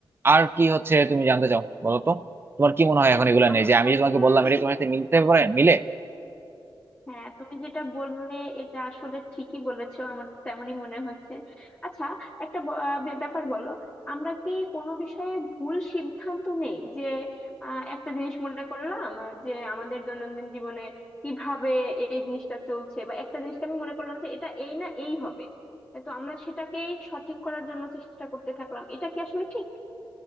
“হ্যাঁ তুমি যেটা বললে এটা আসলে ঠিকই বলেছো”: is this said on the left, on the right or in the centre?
Left